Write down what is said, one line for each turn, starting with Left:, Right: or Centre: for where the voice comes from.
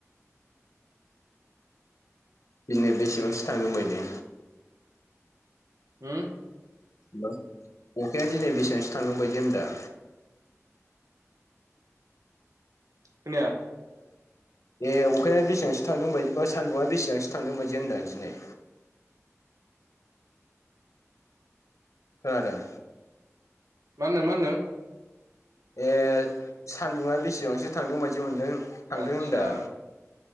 Left: दिनै बेसेबांसो थांदों बायदि
Right: होम
Left: हेलौ अखाया दिनै बेसेबांसो थांदों बायदि होनदां
Right: खोनाया
Left: ए अखाया बेसेबांसो थांदों बायदि सान्दुङा बेसेबांसो थांदों बायदि होनदों आं दिनै खोनादों
Right: मा होनदों मा होनदों?
Left: ए सान्दुङा बेसेबांसो थांदों बायदि मोनदों थांदों
Right: आतसा
Left: होनदां